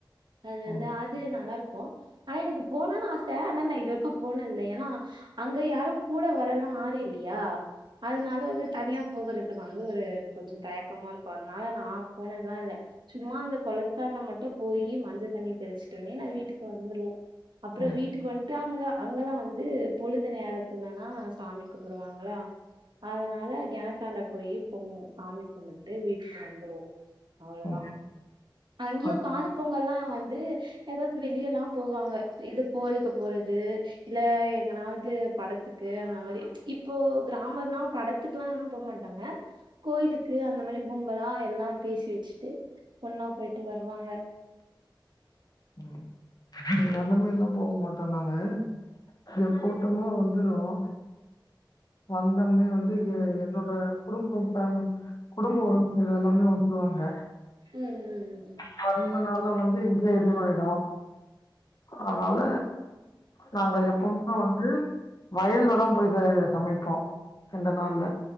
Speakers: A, on the right; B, on the left.
A: அது வந்து
B: ம்,
A: அது நல்லா இருக்கும் ஆனா எனக்கு போனன்னு ஆச ஆனா நா இதுவரைக்கும் போனது இல்ல ஏன்னா அங்க யாரும் கூட வரலா ஆர் இல்லையா அதனால வந்து தனியா போகறதுக்கு வந்து ஒரு கொஞ்ச தயக்கமா இருக்கும் அதனால நான் போனதுலா இல்ல சும்மா அந்த குளத்தான மட்டும் போய் மஞ்ச தண்ணி தெளிச்சுட்ட உடனே நா வீட்டுக்கு வந்துருவோம் அப்புற
B: ம்,
A: வீட்டுக்கு வந் டாங்க அங்கெல்லாம வந்து பொழுது நேரத்துலனா சாமி கும்புடுவாங்களா அதனால கினத்தாண்ட போயி பொங் சாமி கும்புட்டு வீட்டுக்கு வந்துருவோ அவ்வளோதா
B: ம்.
A: அங்கேயோ
B: அது
A: காணு பொங்கல்லா வந்து ஏதாவ்து வெளியல்லா போவாங்க இது கோவிலுக்கு போறது இல்ல எங்கனாவது படத்துக்கு அந்த மாரி இப்போ கிராமர்னா பட த்துக்கெல்லா ம் போ மாட்டாங்க கோயிலுக்கு அந்த மாரி கும்பல்லா எல்லா பேசி வச்சுட்டு ஒண்ணா போயிட்டு வருவாங்க
B: ம் அந்த மேரி எல்லா போ மாட்டோ நாாங்க இந்த கூட்டமா வந்து வந்தோம் வந்தோன்னே வந்து இங்க என்னோட குடும்பம் பம் குடும்பொ வந்து எல்லாமே வந்துருவாங்க
A: ம் ம் ம்
B: பொறந்த நாளு வந்து இங்கயே இதுவாயிடும் அதனால நாங்க எப்பவுமே வந்து வயல்லலதா போயி ச சமைப்போம் இந்த நாள்ல